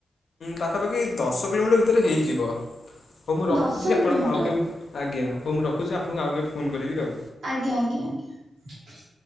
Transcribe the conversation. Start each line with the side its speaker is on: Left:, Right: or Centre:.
Left: ପାଖାପାଖି ଦଶ କିଲୋମିଟର ଭିତରେ ହେଇଯିବ, ହଉ ମୁଁ ରଖୁଛି
Right: ଦଶ
Left: ଆପଣଙ୍କୁ
Right: କିଲୋମିଟର
Left: ଆଉ କେବେ ଆଜ୍ଞା। ହଉ ମୁଁ ରଖୁଛି। ଆପଣଙ୍କୁ ଆଉ କେବେ ଫୋନ୍ କରିବି।
Right: ଆଜ୍ଞା ଆଜ୍ଞା ଆଜ୍ଞା।